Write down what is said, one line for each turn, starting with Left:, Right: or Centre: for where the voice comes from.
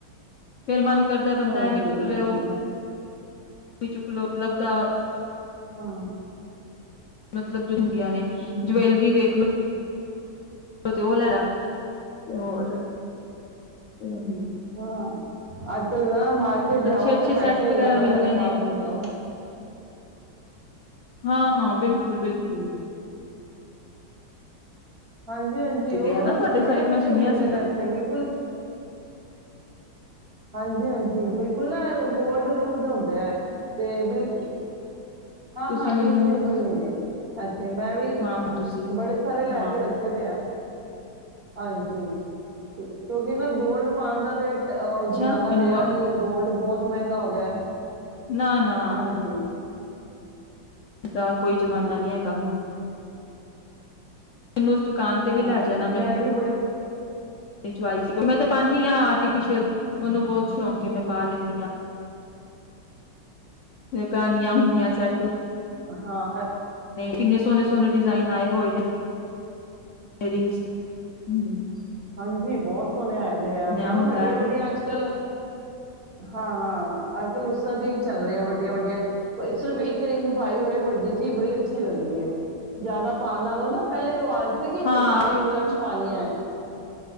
Left: ਫੇਰ ਮੰਨ ਘਰਦਾ ਬੰਦਾ
Right: ਹਾਂਜੀ
Left: ਐ ਵੀ ਚੁੱਕ ਲੇ
Right: ਹਾਂਜੀ
Left: ਓ ਕੀ ਚੁੱਕਲੋ ਲੱਭਦਾ
Right: ਹਾਂ।
Left: ਮਤਲਬ ਜੋ ਨੇ,
Right: ਹਮ
Left: ਜਵੈਲਰੀ ਵੇਖ ਲੋ ਤੇ ਓਥੋ ਓ ਲੈਲਾ, ਤੇ ਹੋਰ ਹਮ੍ਹ।
Right: ਹਾਂ। ਆਜ ਕੱਲ ਦਾ ਮਾਰਕੀਟ
Left: ਅੱਛੇ-ਅੱਛੇ
Right: ਜਾਓ ਤੇ ਪੈਸੇ
Left: ਸੈਟ ਵਗੈਰਾ
Right: ਯਾਦਾ
Left: ਮਿਲਦੇ
Right: ਸਾਰੇ
Left: ਨੇ
Right: ਪਾ ਕੇ ਜਾਓ। <inaudible>
Left: ਹਾਂ ਬਿਲਕੁਲ ਬਿਲਕੁਲ
Right: ਹਾਂਜੀ ਹਾਂਜੀ ਉਹ
Left: ਹਨਾ
Right: ਨਾ
Left: ਤੁਹਾਡੇ ਸਾਈਡ
Right: ਬੜੇ ਅੱਛੇ
Left: ਮੈਂ ਸੁਣਿਆ
Right: ਮਿਲਦੇ
Left: ਸੀਗਾ
Right: ਨੇ ਇੱਥੇ ਬਿਲਕੁਲ ਹਾਂਜੀ ਹਾਂਜੀ ਬਿਲਕੁਲ ਨਾ ਗੋਲਡ ਲੁੱਕ ਦੇ ਹੁੰਦੇ ਐ ਤੇ ਬਿਲ ਹਾਂ
Left: ਤੁਸੀਂ
Right: ਹਾਂ
Left: ਮੈਨੂੰ
Right: ਰੀਜ਼ਨੇਬਲ ਵੀ ਨੇ ਅੱ ਮੈਂ ਵੀ
Left: ਹਾਂ ਹਾਂ ਤੁਸੀਂ
Right: ਬੜੇ ਸਾਰੇ ਲੈ
Left: ਹਾਂ
Right: ਕੇ ਰੱਖੇ ਤੇ ਆ ਹਾਂਜੀ ਕਿਉਂਕਿ ਨਾ ਗੋਲਡ ਪਾਉਣ ਦਾ ਤੇ ਉਹ
Left: ਅੱਛਾ
Right: ਜ਼ਮਾਨਾ
Left: ਮੈਨੂੰ
Right: ਰਿਹਾ ਨੀ ਗੋਲਡ ਬਹੁਤ ਮਹਿੰਗਾ ਹੋ ਗਿਆ ਹੈ
Left: ਨਾ ਨਾ
Right: ਹਾਂਜੀ
Left: ਦਾ ਕੋਈ ਜ਼ਮਾਨਾ
Right: ਹਮ,
Left: ਨਹੀਂ ਹੈਗਾ ਹੁਣ ਤੈਨੂੰ ਦੁਕਾਨ ਤੇ ਵੀ
Right: ਹਾਂ
Left: ਲੈ ਜਾਣਾ ਮੈਂ ਆਪਣੀ
Right: ਵੀ ਬੜੇ
Left: <unintelligible> ਮੈਂ ਤੇ ਪਾਨੀ ਹਾਂ ਆਰਟੀਫਿਸ਼ੀਅਲ ਮੈਨੂੰ ਬਹੁਤ ਸ਼ੌਂਕ ਹੈ ਮੈਂ ਪਾ ਲੈਂਨੀ ਹਾਂ ਕਹਾਣੀਆਂ ਹੁੰਦੀਆਂ ਸੈਟੂ
Right: ਹਾਂ
Left: ਕਿੰਨੇ ਸੋਹਣੇ ਸੋਹਣੇ ਡਿਜ਼ਾਇਨ ਆਏ ਹੋਏ ਨੇ ਏਰਿੰਗਸ ਹਮ
Right: ਹਾਂਜੀ ਬਹੁਤ ਸੋਹਣੇ ਆਏ ਦੇ ਆ ਮਤਲਬ
Left: ਹੁੰਦਾ
Right: ਵੱਡੀਆਂ
Left: ਹੈ।
Right: ਵੱਡੀਆਂ ਅੱਜ ਕੱਲ। ਹਾਂ ਹਾਂ, ਅੱਜਕੱਲ ਦੀਆਂ ਹੀ ਚੱਲ ਰਹੀਆਂ ਵੱਡੀਆਂ ਵੱਡੀਆਂ ਸਿਰਫ ਇੱਕ ਰਿੰਗ ਪਾਈ ਹੋਏ ਵੱਡੀ ਚੀਜ਼ ਬੜੀ ਅੱਛੀ ਲੱਗਦੀ ਐ ਜ਼ਿਆਦਾ ਪਾਉਣ ਨਾਲੋਂ ਨਾ ਪਹਿਲੇ ਰਵਾਜ਼ <unintelligible>
Left: ਹਾਂ
Right: ਪਾਣੀ ਹੈ